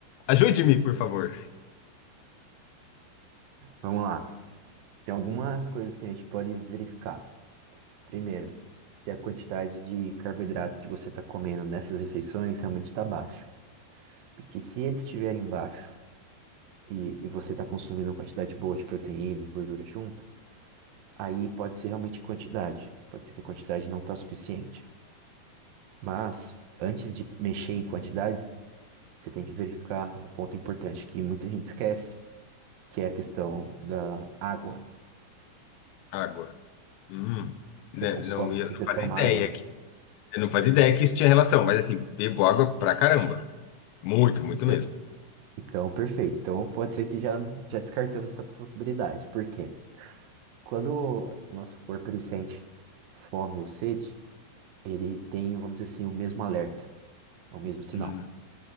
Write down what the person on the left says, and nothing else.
Ajude-me, por favor.
Água. Hum. Né,
Não, eu
não
fazia
ideia
que, eu não fazia ideia que isso tinha relação, mas assim, bebo água pra caramba. Muito, muito
mesmo.
Hum.